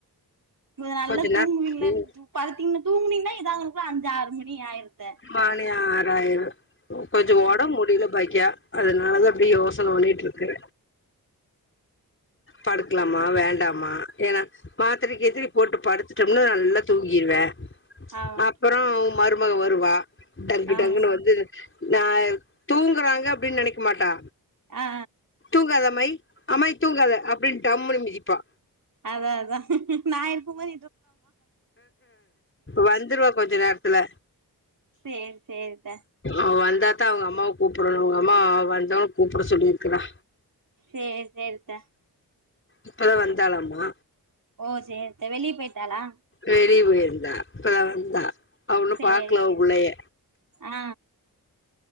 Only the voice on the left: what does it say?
கொஞ்ச
நேர ம்
மணி ஆறாயிரு கொஞ்சோ ஒடம்பு முடில பாக்கியா அதனாலதா அப்டியே யோசன ஓடிட்ருக்கு படுக்லாமா வேண்டாமா ஏனா மாத்ர கீத்ர போட்டு படுத்துட்டோம்னா நல்லா தூக்கிருவே
அப்றோ மருமக வருவா டங்கு
டங்குன்னு வந்து நா தூங்குறாங்க அப்டின் நெனைக்க மாட்டா
தூங்காத அம்மாய் அம்மாய்யி தூங்காத அப்டின் டம்முன்னு மிதிப்பா
வந்ருவா கொஞ்ச நேரத்துல
அவ வந்தாத்தா அவுங்க அம்மாவ கூப்புட்ணு அவுங்க அம்மா வந்தா கூப்ட சொல்லிருக்றா
இப்பதா வந்தாலாமா
வெளிய பொய்ருந்தா இப்பதா வந்தா அவ ஒன்னு
பாக்கல அவ புள்ளைய